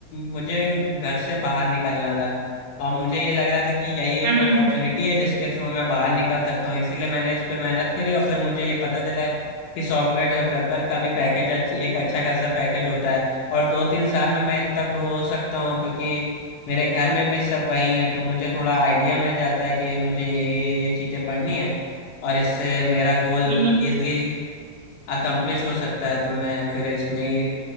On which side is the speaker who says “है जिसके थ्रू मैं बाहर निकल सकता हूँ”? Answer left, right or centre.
Left